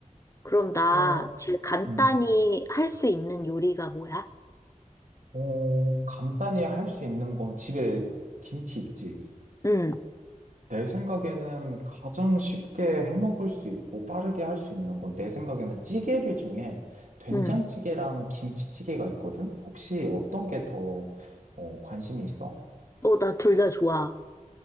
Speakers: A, on the left (about 20°); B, on the right (about 70°).
A: 그럼 나
B: 어,
A: 제일 간단히
B: 응,
A: 할 수 있는 요리가 뭐야?
B: 어, 간단히 할 수 있는 건 집에 김치 있지.
A: 응,
B: 내 생각에는 가장 쉽게 해먹을 수 있고 빠르게 할 수 있는 건 내 생각에는 찌개류 중에 된장찌개랑
A: 응.
B: 김치찌개가 있거든? 혹시 어떤 게 더, 어, 관심이 있어?
A: 어, 나 둘 다 좋아.